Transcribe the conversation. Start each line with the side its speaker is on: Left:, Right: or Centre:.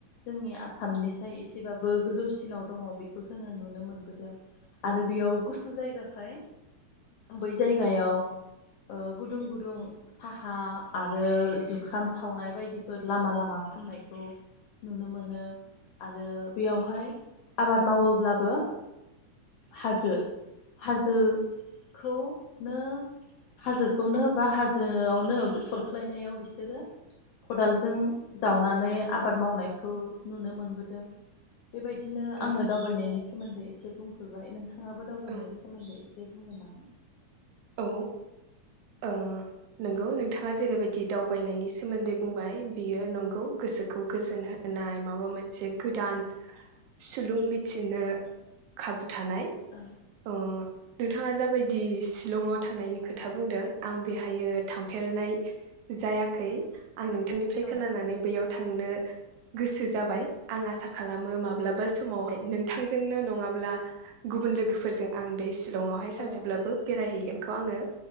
Left: जोंनि आसामनि साय एसेबाबो गोजौसिनाव दङ बेखौ जोङो नुनो मोनबोदों आरो बेयाव गुसु जायगाखाय बै जायगायाव ओ गुदुं गुदुं साहा आरो जुखाम सा सावनाय बायदिफोर लामा लामा फाननायखौ नुनो मोनो आरो बेयावहाय आबाद मावोब्लाबो हाजो हाजो खौनो हाजोखौनो बा हाजोआवनो सरख्लायनायाव बिसोरो खदालजों जावनानै आबाद मावनायखौ नुनो मोनबोदों। बेबायदिनो
Right: ओं
Left: आङो दावबायनि सोमोन्दै एसे बुंफोररबाय नोंथां नोंथांआबो दावबायनायनि
Right: ओं
Left: सोमोन्दै एसे बुंगोन नामा?
Right: औ ओ नंगौ नोंथाङा जेरैबायदि दावबायनायनि सोमोन्दै बुंबाय बियो नंगौ गोसोखौ गोजोन होनाय माबा मोनसे गोदान सुलुं मिथिनो खाबु थानाय
Left: औ
Right: ओ द थाङा जा माबायदि शिलंआव थांनायनि खोथा बुंदों आं बेहाय थांफेरनाय जायाखै आं नोंथांनिफ्राय
Left: औ
Right: खोनानानै बैयाव थांनो गोसो जाबाय आं आसा खालामो माब्लाबा समावहाय नोंथांजों जोंनो नङाब्ला गुबुन लोगोफोरजों आं बे शि सिलङावहाय सानसे
Left: औ
Right: बेरायहैगोनखौ आङो